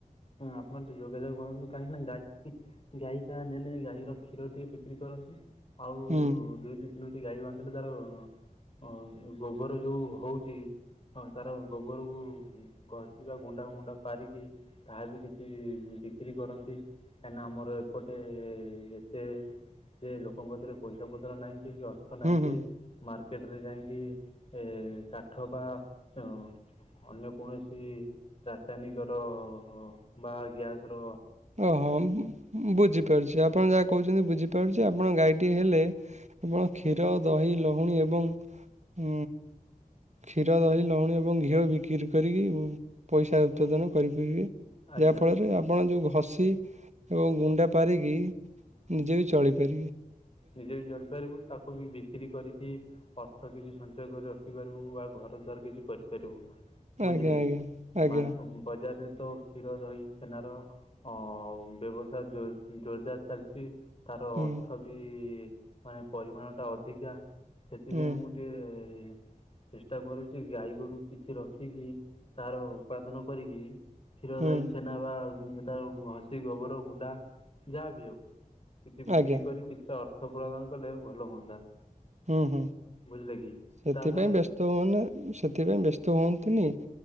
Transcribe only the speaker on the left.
ହଁ ଆପଣ ତ ଯୋଗାଯୋଗ କରନ୍ତୁ କହିଁକ ନା ଗାଈ ଗାଈ ଟା ନେଲେ ଗାଈର କ୍ଷୀର ଟିକେ ବିକ୍ରି କରନ୍ତି ଆଉ
ଦୁଇଟି ଦୁଇଟି ଗାଈ ବାନ୍ଧିଲେ ତାର ଅଁ ଯୋ ଗୋବର ଯୋଉ ହୋଊଚି ହଁ ତାର ଗୋବରକୁ ଘଷି ବା ଗୁଣ୍ଡା ଗୁଣ୍ଡା ପାରିକି ତାହା ବି କିଛି ବିକ୍ରି କରନ୍ତି କାଇଁନା ଆମର ଏପଟେ ଏତେ ଯେ ଲୋକଙ୍କ କତିରେ ପଇସା ପତ୍ର ନାହିଁ କି କି ଅର୍ଥ ନାହିଁ
ଯେ ମାର୍କେଟରେ ଯାଇଁକି ଏ କାଠ ବା ଅଁ ଅନ୍ୟ କୌଣସି ରାସାୟନିକ ର ବା ଗ୍ୟାସ ର
ଆଜ୍ଞା
ନିଜେ ବି ଚଳି ପାରିବୁ ତାକୁ ବି ବିକ୍ରି କରିକି ଅର୍ଥ କିଛି ସଞ୍ଚୟ କରି ରଖିପାରିବୁ ବା ଘର ଦ୍ୱାର କିଛି କରିପାରିବୁ ବୁଝିଲେ
କି
ମାସକୁ ବଜାରେ ତ କ୍ଷୀର ଦହି ଛେନାର ଅ ବ୍ୟବସାୟ ଜୋର ଜୋରଦାର ଚାଲିଚି। ତାର
ଅର୍ଥ ବି ମାନେ ପରିମାଣଟା ଅଧିକା ସେଥିପାଇଁ
ମୁଁ ତିଏ ଚେଷ୍ଟା କରୁଚି ଗାଈ ଗୋରୁ କିଛି ରଖିକି ତାର ଉପାଦନ କରିକି କ୍ଷୀର
ଦହି ଛେନା ବା ଗୁ ତାର ଘସି ଗୋବର ଗୁଣ୍ଡା ଯାହା ବି ହଉ। କିଛି ବିକ୍ରି
କରି କିଛି ଅର୍ଥ ପ୍ରଦାନ କଲେ ଭଲ ହୁଅନ୍ତା।
ବୁଝିଲେ କି
ତା ଦ୍ୱାରା